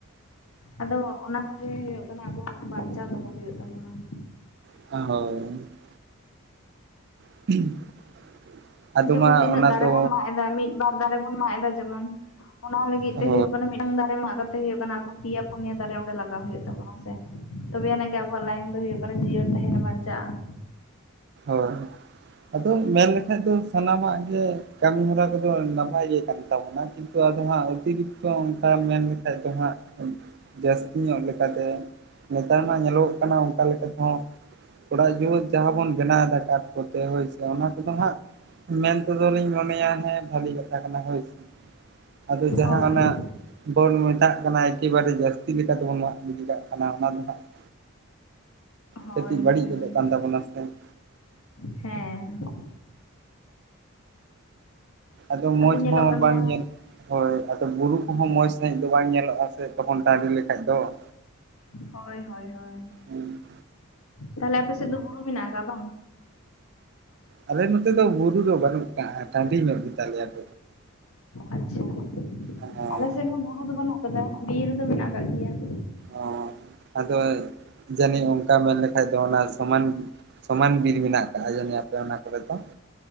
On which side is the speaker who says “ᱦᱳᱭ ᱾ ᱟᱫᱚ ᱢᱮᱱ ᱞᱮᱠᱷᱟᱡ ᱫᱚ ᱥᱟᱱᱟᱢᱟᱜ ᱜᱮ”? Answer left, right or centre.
Right